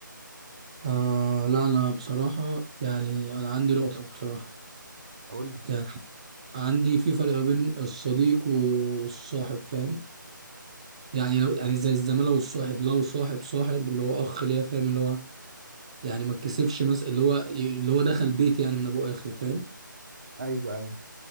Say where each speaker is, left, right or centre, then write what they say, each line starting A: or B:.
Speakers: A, on the right; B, on the right.
A: آه لا انا بصراحة يعني انا عندي نقطة بصراحة
B: قول لي
A: يعني عندي في فرق ما بين الصديق والصاحب فاهم يعني لو يعني زي الزمالة والصاحب لو صاحب صاحب اللي هو اخ ليا فاهم اللي هو يعني ما اتكسفش مثلا اللي هو اللي هو دخل بيتي يعني من ابو اخر فاهم
B: ايوه ايوه